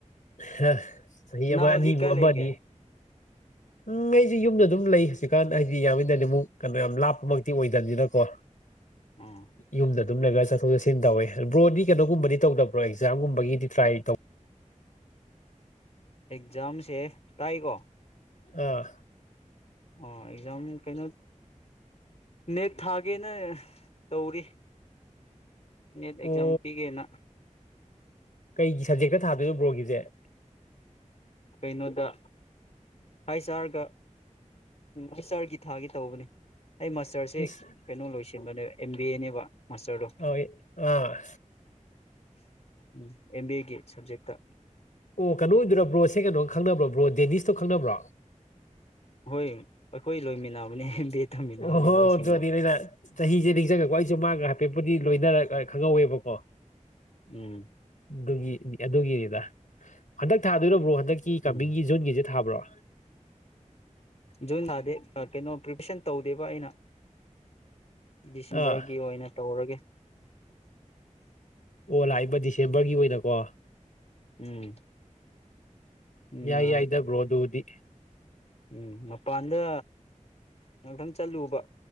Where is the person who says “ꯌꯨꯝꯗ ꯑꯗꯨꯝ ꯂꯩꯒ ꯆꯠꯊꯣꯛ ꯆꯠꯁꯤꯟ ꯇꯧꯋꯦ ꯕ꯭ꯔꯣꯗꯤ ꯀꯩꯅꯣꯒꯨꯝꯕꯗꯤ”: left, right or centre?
Left